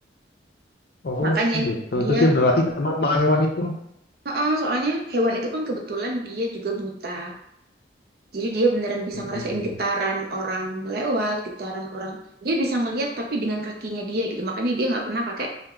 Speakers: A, on the left (about 55°); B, on the right (about 55°).
A: Oh,
B: makanya
A: gitu.
B: dia
A: Terus dia berlatih sama sama hewan itu.
B: Heeh, soalnya hewan itu kan kebetulan dia juga buta jadi dia beneran bisa
A: Mm.
B: ngerasain getaran orang lewat getaran orang dia bisa ngelihat tapi dengan kakinya dia gitu makanya dia nggak pernah pakai